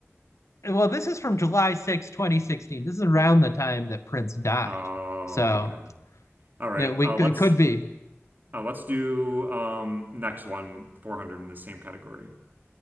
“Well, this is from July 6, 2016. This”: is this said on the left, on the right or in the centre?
Left